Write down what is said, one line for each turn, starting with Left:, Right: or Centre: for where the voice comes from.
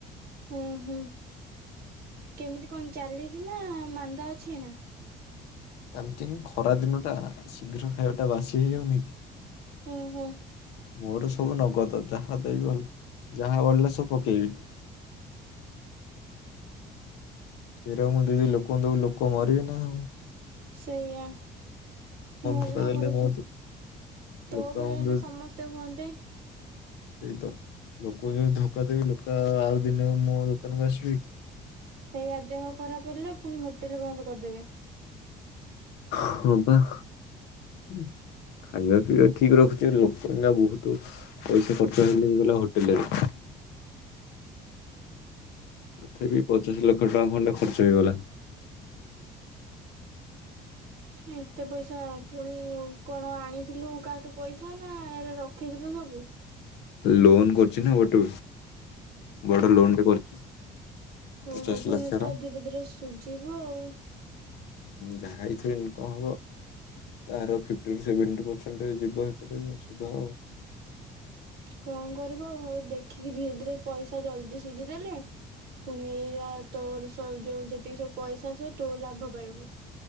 Right: ଉଁ, ହୁଁ। କେମିତି କଣ ଚାଲିଚି ନା ମାନ୍ଦା ଅଛି ଏଇନା?
Left: ଚାଲିଚି ଖରା ଦିନ ଟା ଶୀଘ୍ର ଖାଇବା ଟା ବାସି ହେଇଯାଉନି।
Right: ଉଁ, ହୁଁ।
Left: ମୋର ସବୁ ନଗଦ। ଯାହା ଦେବି ଭଲ ଯାହା ବଳିଲା ସବ ପକେଇବି ତର ମୁଁ ଜଦି ଲୋକଙ୍କୁ ଦେବି ଲୋକ ମରିବି ନା ହଉ।
Right: ସେଇଆ। ଭଲ
Left: ଧୋକା ଦେଲେ
Right: କରୁଛୁ
Left: ମୋ ଦୋ-
Right: ତୋ
Left: ଲୋକ
Right: ଭଳିଆ
Left: ଆମ
Right: ହେଲେ
Left: ଦୋ-
Right: ସମସ୍ତେ ହୁଅନ୍ତେ।
Left: ସେଇ ତ ଲୋକଙ୍କୁ ଯି ଧୋକା ଦେବି ଲୋକ ଆଉ ଦିନ ମୋ ଦୋକାନକୁ ଆସିବେ କି।
Right: ସେଇ ଆ ଦେହ ଖରାପ ହେଲେ ପୁଣି ହୋଟେଲ ବନ୍ଦ କରିଦେବେ।
Left: ହଁ ବା ଖାଇବା ପିଇବା ଠିକ ରଖୁଛି ଲୋକ ନା ବହୁତ ପଇସା ଖର୍ଚ୍ଚ ହେଲେ ହେଇଗଲା ହୋଟେଲରେ। ତଥାପି ପଚାଶ ଲକ୍ଷ ଟଙ୍କା ଖଣ୍ଡେ ଖର୍ଚ୍ଚ ହେଇଗଲା।
Right: ଏତେ ପଇସା ପୁଣି କଣ ଆଣିଥିଲୁ କାହାଠୁ ପଇସା ନା ଏ ରଖିଥିଲୁ ସବୁ।
Left: ଲୋନ କରଛି ନା ଗୋଟେ ବଡ଼ ଲୋନ ଟେ କରିଛି। ପଚାଶ
Right: ଓହୋ ପୁଣି
Left: ଲକ୍ଷର
Right: ଏଟା ଧୀରେ ଧୀରେ ସୁଝିବ ଆଉ।
Left: ଯାହା ହେଇଥିରେ ଇନକମ୍ ହବ ତାର ଫିଫ୍ଟିରୁୁ ସେଭେଣ୍ଟି ପରସେଣ୍ଟ ଯିବ ଏପଟେ ସୁଧ।
Right: କଣ କରିବ ଆଉ ଦେଖିକି ଧୀରେ ଧୀରେ ପଇସା ଜଲଦି ସୁଝିଦେଲେ ପୁଣି ଏଇା ତୋର ସବ ଯୋଉ ଯେତିକି ସବୁ ପଇସା ଆସିବ ତୋ ଲାଭ ପାଇବୁ।